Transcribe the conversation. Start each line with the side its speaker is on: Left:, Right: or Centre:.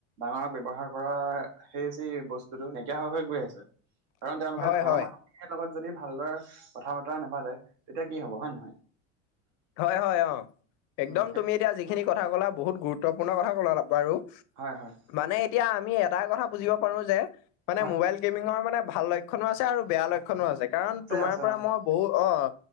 Right: ডাঙৰক ব্যৱহাৰ কৰা সেই যি বস্তুটো নাইকিয়া হৈ হৈ গৈ আছে। কাৰণ তেওঁলোকে
Left: হয়
Right: ঘৰৰ
Left: হয়
Right: মানুহখিনিৰ লগত যদি ভালদৰে কথা বতৰা নাপাতে তেতিয়া কি হব। হয় নে নহয়?
Left: হয় হয়। অ একদম
Right: উম, সেই
Left: তুমি এতিয়া যিখিনি কথা কলা বহুত গুৰুত্বপূৰ্ণ কথা কলা বাৰু
Right: হয় হয়।
Left: মানে এতিয়া আমি এটাই কথা বুজিব পাৰো। যে মানে
Right: হয়
Left: মোবাইল গেমিঙৰ মানে ভাল লক্ষ্য লক্ষ্যণো আছে আৰু বেয়া লক্ষ্যণো আছে। কাৰণ তোমাৰ
Right: আছে
Left: পৰা
Right: অ'
Left: মই বহু, অ',